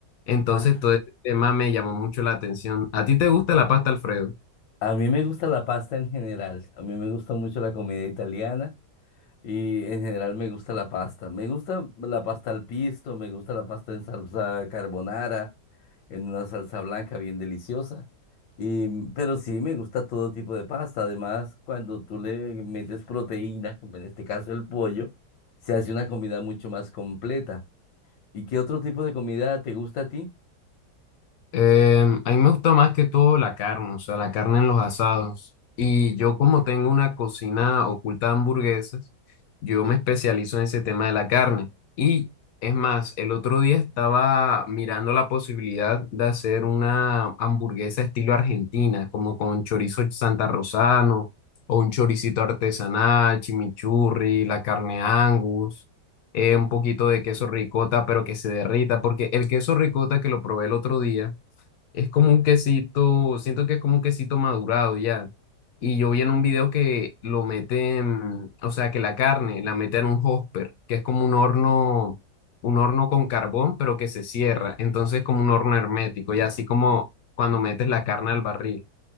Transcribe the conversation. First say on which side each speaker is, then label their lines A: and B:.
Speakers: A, on the left; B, on the left.
A: Entonces
B: Ah,
A: todo este tema me llamó mucho la atención. ¿A ti te gusta la pasta Alfredo?
B: A mí me gusta la pasta en general, a mí me gusta mucho la comida italiana y en general me gusta la pasta. Me gusta la pasta al pisto, me gusta la pasta en salsa carbonara, en una salsa blanca bien deliciosa. Y, mm, pero sí, me gusta todo tipo de pasta. Además, cuando tú le metes proteína, como en este caso el pollo, se hace una comida mucho más completa. ¿Y qué otro tipo de comida te gusta a ti?
A: Eh, a mí me gusta más que todo la carne, o sea, la carne en los asados. Y yo como tengo una cocina oculta de hamburguesas, yo me especializo en ese tema de la carne. Y es más, el otro día estaba mirando la posibilidad de hacer una hamburguesa estilo argentina, como con chorizo santa rosano o un choricito artesanal, chimichurri, la carne Angus eh, un poquito de queso ricota, pero que se derrita, porque el queso ricota que lo probé el otro día, es como un quesito, siento que es como un quesito madurado ya. Y yo vi en un video que lo meten, o sea, que la carne la meten en un hopper, que es como un horno, un horno con carbón, pero que se cierra. Entonces, como un horno hermético, y así como cuando metes la carne al barril.